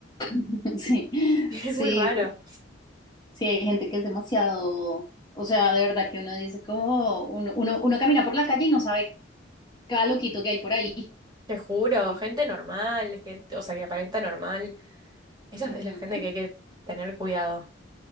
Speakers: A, on the left; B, on the right.
A: <laughs> sí,
B: Es
A: sí,
B: muy raro.
A: sí, hay gente que es demasiado, o sea, de verdad que uno dice como, uno, uno, uno camina por la calle y no sabe cada loquito que hay por ahí.
B: Te juro,
A: ¿viste?
B: gente normal, gente, o sea, que aparenta normal. Esa
A: Ujú,
B: es la gente que hay que tener cuidado.